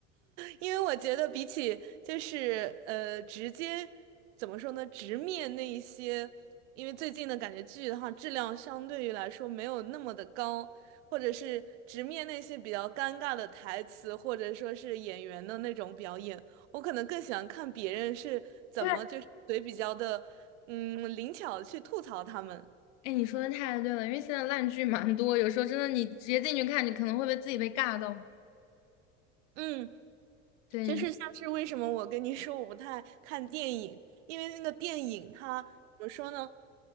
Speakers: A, on the right; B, on the left.
A: 因为我觉得比起就是呃直接怎么说呢，直面那一些，因为最近的感觉剧的话，质量相对于来说没有那么的高，或者是直面那些比较尴尬的台词，或者说是演员的那种表演，我可能更喜欢看别人是怎么就是嘴比较的嗯灵巧去吐槽他们。
B: 对，哎，你说的太对了，因为现在烂剧蛮多，有时候真的你直接进去看，你可能会被自己被尬到。
A: 嗯，
B: 对，
A: 就是像是为什么我跟你说我不太看电影，
B: 你说。
A: 因为那个电影它怎么说呢？